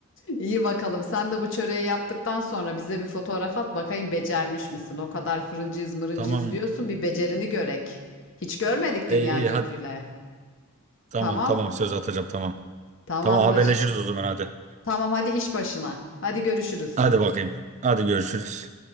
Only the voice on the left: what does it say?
İyi bakalım. Sen de bu çöreği yaptıktan sonra bize bir fotoğraf at. Bakayım becermiş misin? O kadar fırıncıyız mırıncıyız
diyorsun. Bir becerini görek. Hiç görmedik
dünya
gözüyle.
Tamam.
Tamamdır.
Tamam hadi iş başına. Hadi görüşürüz.